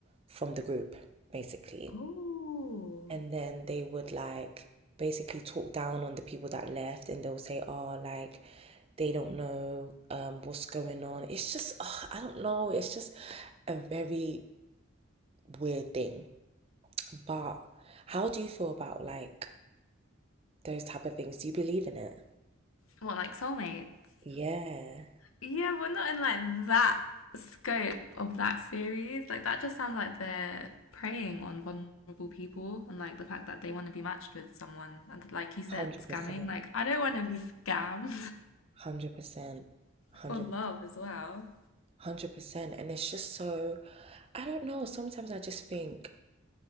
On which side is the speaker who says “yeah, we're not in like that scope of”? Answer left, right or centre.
Left